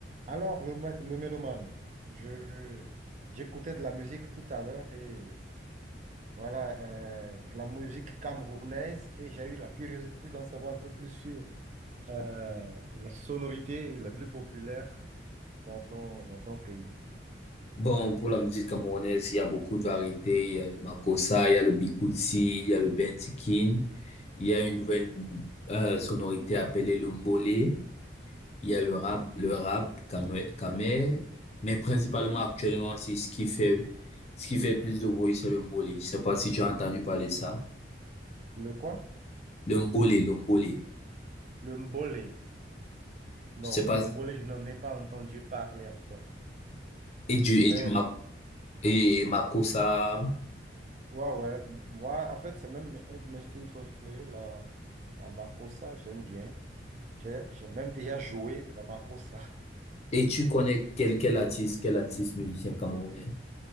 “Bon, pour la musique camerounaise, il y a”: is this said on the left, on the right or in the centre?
Left